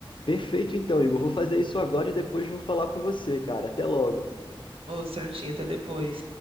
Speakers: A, on the left; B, on the right.
A: Perfeito, então, Igor. Vou fazer isso agora e depois vou falar com você, cara. Até logo.
B: Ô, certinho, até depois.